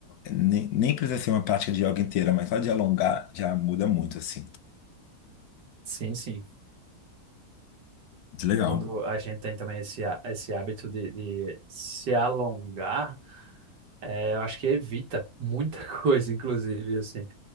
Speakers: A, on the left; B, on the right.
A: nem, nem precisa ser uma prática de yoga inteira, mas só de alongar já muda muito, assim.
B: Sim, sim.
A: Muito legal.
B: Quando a gente tem também esse, há- esse hábito de, de se alongar, eh, eu acho que evita muita <laughs> coisa, inclusive, assim,